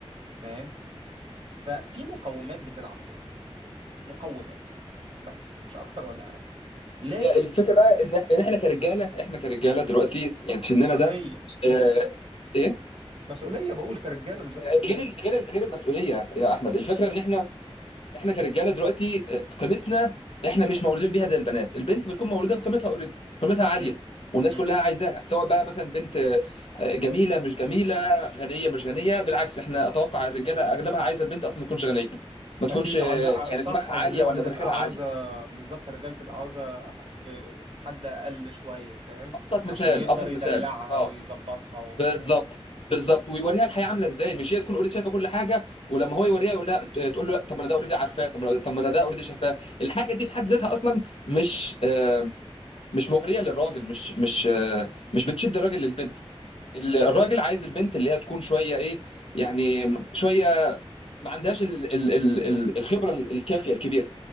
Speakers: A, on the right; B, on the left.
A: فاهم ففي مقومات بتلعب دور مقومات بس مش أكتر ولا أقل لكن
B: هي الفكره بقى ان إن احنا كرجاله احنا كرجاله
A: م-
B: دلوقتي في- يعني في
A: مسؤولية
B: سننا ده آه،
A: م-
B: ايه
A: مسؤولية بقول كرجالة مش زي
B: آه،
A: الستات
B: غير ال- غير ال- غير المسؤوليه يا احمد الفكره ان احنا احنا كرجاله دلوقتي آه، قيمتنا احنا مش مولودين بيها زي البنات البنت بتكون مولوده بقيمتها اوريدي قيمتها عاليه
A: مم.
B: والناس
A: مم.
B: كلها عايزاها سواء بقى مثلا بنت آه، جميله مش جميله غنيه مش غنيه بالعكس احنا اتوقع الرجاله اغلبها عايزه البنت اصلا ما تكونش غنيه ما تكونش
A: اكيد
B: آه،
A: عاوزة
B: يعني
A: صح
B: دماغها عاليه
A: الناس
B: ولا
A: بتبقى
B: مناخيرها عاليه
A: عاوزة بالظبط الرجال بتبقى عاوزة ب- حد اقل شوية فاهم
B: ابسط
A: عشان
B: مثال
A: يقدر
B: ابسط
A: يدلعها
B: مثال اه
A: ويظبطها و-
B: بالظبط
A: فاهم
B: بالظبط ويوريها الحياه عامله ازاي مش هي تكون اوريدي شايفه كل حاجه ولما هو يوريها يقول لها تقول له لأ، طب ما انا ده اوريدي عارفاه طب ما أنا- طب ما انا ده اوريدي شايفاه الحاجه دي في حد ذاتها اصلا مش آه، مش مغريه للراجل مش مش آه، مش بتشد الراجل للبنت ال- الراجل عايز البنت اللي هي تكون شويه ايه يعني شويه ما عندهاش ال ال ال ال- الخبره الكافيه الكبيره